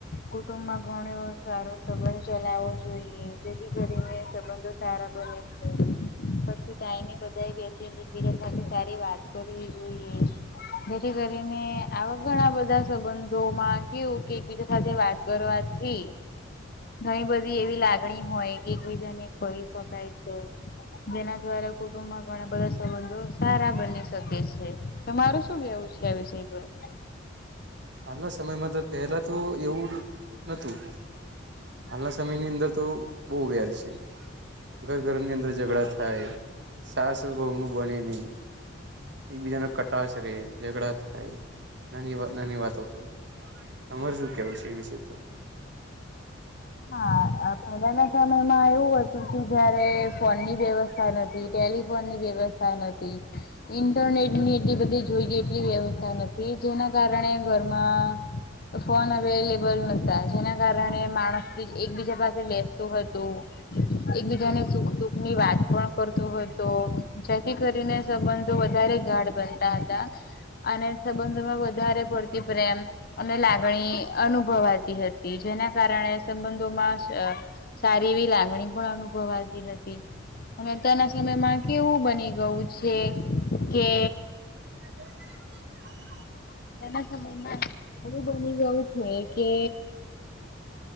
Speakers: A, on the left; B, on the right.
A: કુટુંબ માં ઘણો એવો સારું સંબંધ ચલાવવો જોઈએ જેથી કરીને સંબંધો સારા બને છે. પછી ટાઈમે બધા બેસી બીડા સાથે સારી વાત કરવી જોઈએ જેથી કરીને આવા ઘણા બધા સંબંધોમાં કેવું કે એકબીજા સાથે વાત કરવાથી ઘણી બધી એવી લાગણી હોય કે એકબીજા ને કહી શકાય છે જેના દ્વારા કુટુંબમાં ઘણા બધા સંબંધો સારા બની શકે છે તમાર શું કેવું છે આ વિષય પર
B: હાલના સમયમાં તો પેલા તો એવું નતું હાલના સમયની અંદર તો બહ વ્યારી છે ઘર ઘરની અંદર ઝઘડા થાય સાસ વહુ નું બને નહી એકબીજા ને કટાશ રે ઝઘડા થાય નાની વા નાની વાતો પર તમારે શું કેવું છે એ વિષય પર.
A: હા આ પહેલાના સમયમાં એવું હતું જયારે ફોનની વ્યવસ્થા નથી ટેલિફોનની વ્યવસ્થા નથી ઇન્ટરનેટ ની એટલી બધી જોઈ એટલી વ્યવસ્થા નથી જેના કારણે ઘરમાં ફોન અવેલેબલ નતા જેના કારણે માણસ એકબીજા પાસે બેસતું હતું એકબીજાને સુખ દુખ ની વાત પણ કરત હોય તો જેથી કરીને સંબંધો વધારે ગાઢ બનતા હતા અને સંબંધોમાં વા વધારે પડતી પ્રેમ અને લાગણી અનુભવાતી હતી જેના કારણે સંબંધોમાં સારી એવી લાગણી પણ અનુભવાતી હતી અને અત્યારના સમયમાં કેવું બની ગયું છે કે
B: <inaudible>
A: અત્યના સમયમાં હરું બની ગવું છે કે